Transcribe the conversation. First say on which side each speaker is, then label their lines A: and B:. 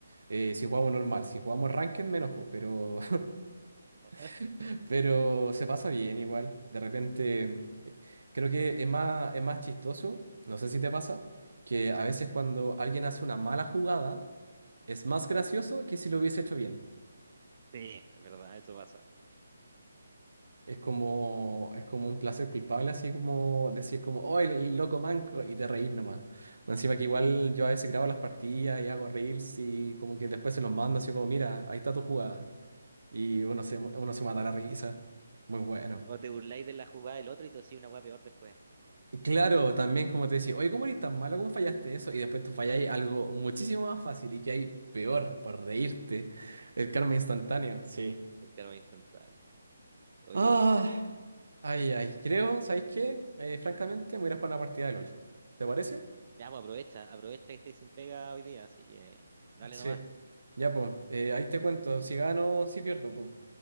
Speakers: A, on the right; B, on the right.
A: Eh, si jugamos normal, si jugamos ranked, menos, po, pero,
B: <laughs>
A: <laughs> pero se pasa bien igual. De repente, eh, creo que es más, es más chistoso, no sé si te pasa, que a veces cuando alguien hace una mala jugada, es más gracioso que si lo hubiese hecho bien.
B: Sí, es verdad, eso pasa.
A: Es como, es como un placer culpable, así como decir como, oh, el, el loco manco, y te reís nomás. Más Encima que igual yo a veces grabo las partidas y hago reels y como que después se los mando así como, mira, ahí está tu jugada. Y uno se, uno se mata la risa. Muy bueno.
B: O te burláis de la jugada del otro y te decís una hueá peor después.
A: Claro, también como te decía, oye, ¿cómo eres tan malo? ¿Cómo fallaste eso? Y después tú falláis algo muchísimo más fácil y que hay peor por reírte. El karma instantáneo. Sí.
B: Porque Claro, es instantáneo. Oye,
A: Ah,
B: buena, uy.
A: Ay, ay, creo, ¿sabéis qué? Eh, francamente, me voy a ir a jugar una partida de LOL. ¿Te parece?
B: Ya, pues aprovecha, aprovecha que estoy sin pega hoy día, así que dale
A: Sí.
B: nomás.
A: Ya, pues, ahí te cuento. Si gano, si pierdo, pues.